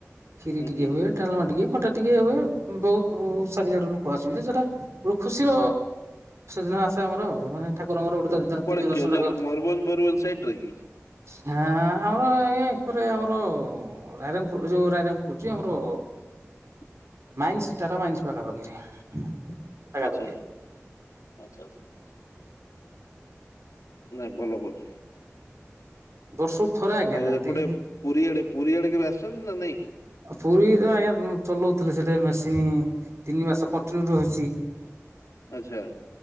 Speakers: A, on the right; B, on the left.
A: କ୍ଷୀରି
B: ହୁଁ
A: ଟିକେ
B: ହୁଁ
A: ହୁଏ, ଡାଲମା ଟିକେ। ଖଟା ଟିକେ ହୁଏ, ବହୁତ ସାରିଆଡେ ଲୋକ ଆସନ୍ତି ସେଟା ଗୋଟେ ଖୁସିର ଆସେ ଆମର ଆଉ ମାନେ ଠାକୁର ଆମର ଗୋଟେ ଦିବ୍ୟ
B: କେଉଁଝର୍
A: ଦର୍ଶନ କରନ୍ତି।
B: ମୟରୁଭଞ୍ଜ ମୟରୁଭଞ୍ଜ ସାଇଡ ରେ କି?
A: ହଁ ଆମର <unintelligible> ଆମର ରାଇରଙ୍ଗପୁର ଯୋଉ ରାଇରଙ୍ଗପୁର ଯେ ଆମର
B: ନା
A: ମାଇନ୍ସ ଟାଟା ମାଇନ୍ସ ପାଖାପାଖିରେ ପାଖାପାଖି।
B: ଆଚ୍ଛା ଆଚ୍ଛା ଆଚ୍ଛା ନାଁ ବୋଲ ବୋଲ।
A: ବର୍ଷକୁ ଥରେ ଆଜ୍ଞା
B: ଆଉ
A: ଯାଆନ୍ତି
B: ଏପଟେ ପୁରୀଆଡେ ପୁରୀଆଡେ କେବେ ଆସିଛନ୍ତି ନା ନାଇଁ?
A: ଆଉ ପୁରୀ ତ ଆଜ୍ଞା ଚଲଉଥିଲି ସେଠି ମେ ତିନି ମାସ କଣ୍ଟିନ୍ୟୁ ରହିଛି।
B: ଆଚ୍ଛା